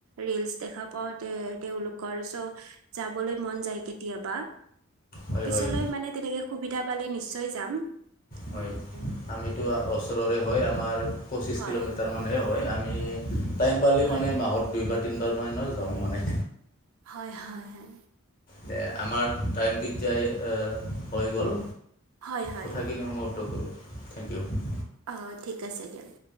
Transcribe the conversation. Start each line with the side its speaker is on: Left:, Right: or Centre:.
Right: ৰিলচ দেখা পাও, তে, তেওঁওলোকৰ চ, যাবলৈ মন যায় কেতিয়াবা।
Left: হয়
Right: পিছলৈ
Left: হয়
Right: মানে তেনেকে সুবিধা পালে নিশ্চয় যাম। সেনেকে
Left: হয়। আমিতো
Right: হয়
Left: ওচৰৰে হয় আমাৰ পঁচিশ
Right: হয়
Left: কিলোমিটাৰ মানহে হয় আমি টাইম পালে
Right: হয়
Left: মানে মাহত দুইবাৰ, তিনিবাৰ মানৰ যাওঁ মানে
Right: হয়, হয়, হয়।
Left: দে আমাৰ টাইমটো এতিয়া হৈ গ'ল।
Right: হয় হয় হয়
Left: কথাখিনি সমাপ্ত কৰোঁ থেংক ইউ।
Right: অ, ঠিক আছে দিয়ক।